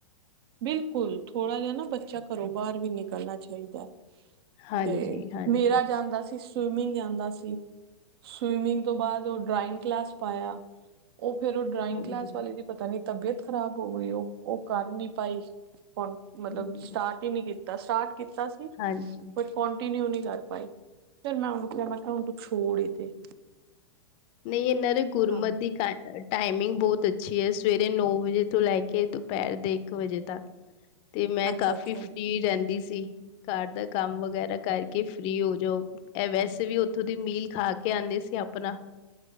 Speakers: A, on the right; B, on the left.
A: ਬਿਲਕੁਲ ਥੋੜਾ ਜਾ ਨਾ ਬੱਚਾ ਘਰੋਂ ਬਾਰ ਵੀ ਨਿਕਲਨਾ ਚਾਈਦੈ।
B: ਹਾਂਜੀ
A: ਤੇ
B: ਹਾਂਜੀ
A: ਮੇਰਾ ਜਾਂਦਾ ਸੀ ਸਵੀਮਿੰਗ ਜਾਂਦਾ ਸੀ, ਸਵੀਮਿੰਗ ਤੋਂ ਬਾਦ ਓ ਡਰਾਇੰਗ ਕਲਾਸ ਪਾਏਆ, ਓ ਫੇਰ ਓ ਡਰਾਇੰਗ
B: ਹਾਂਜੀ
A: ਕਲਾਸ ਵਾਲੇ ਦੀ ਪਤਾ ਨੀ ਤਬੀਅਤ ਖਰਾਬ ਹੋ ਗਈ ਓ ਓ ਕਰ ਨੀ ਪਾਈ ਹੁਨ ਮਤਲਬ
B: ਹਮ
A: ਸਟਾਟ ਕੀਤਾ ਸਟਾਟ ਕੀਤਾ ਸੀ
B: ਹਾਂਜੀ
A: ਬਟ ਕੋਂਟੀਨਿਊ ਨੀ ਕਰ ਪਾਈ, ਫਿਰ ਮੈਂ ਓਨੂੰ ਮੈਂ ਕਿਆ ਹੁਨ ਤੂੰ ਛੋੜ ਈ ਦੇ।
B: ਨਈਂ ਏਨਾਂ ਦੇ ਗੁਰਮਤ
A: ਹਾਂ
B: ਦੀ ਕੱਟ ਐ। ਟਾਈਮਿੰਗ ਬੋਤ ਅੱਛੀ ਐ ਸਵੇਰੇ ਨੌ ਵਜੇ ਤੋਂ ਲੈ ਕੇ ਦੁਪੈਰ ਦੇ ਇੱਕ ਵਜੇ ਤੱਕ ਗਏ। ਤੇ ਮੈਂ
A: ਅੱਛਾ
B: ਕਾਫ਼ੀ
A: ਅੱਛਾ
B: ਫਰੀ ਰੈਂਦੀ ਸੀ, ਘਰ ਦਾ ਕੰਮ ਵਗੈਰਾ ਕਰਕੇ ਫਰੀ ਹੋ ਜਾਊ। ਐ ਵੈਸੇ ਵੀ ਓਥੇ ਦੀ ਮੀਲ ਖਾ ਕੇ ਆਂਦੇ ਸੀ ਆਪਨਾ।